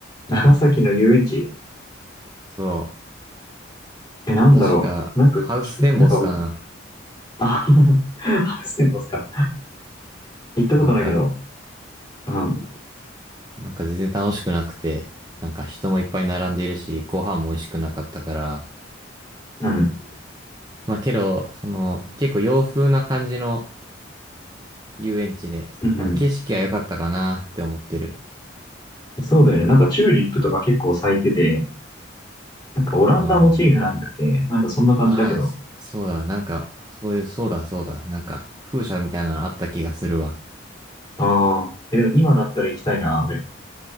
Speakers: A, on the left (about 20°); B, on the right (about 20°).
A: 長崎の遊園地
B: そ
A: え、なんだろう。
B: う、確か、
A: なんかき、
B: ハウステンボスかな。
A: なんか、あ、<laughs> ハウステンボスか。行ったことないけど、
B: なんか、
A: うん、
B: なんか全然楽しくなくて、なんか人もいっぱい並んでいるし、ご飯も美味しくなかったから、
A: うん、
B: まあけど、その、結構洋風な感じの遊園地で、
A: うん、
B: まあ景色は良かったかなって思ってる。
A: うん。そうだよね。なんかチューリップとか結構咲いてて、なんかオランダモチーフなんだっけなんかそんな感じだけど。
B: うん。ああ、そそうだ、なんか、そういう、そうだ、そうだ、なんか、風車みたいなのあった気がするわ。
A: ああ、え、でも今だったら行きたいな、俺。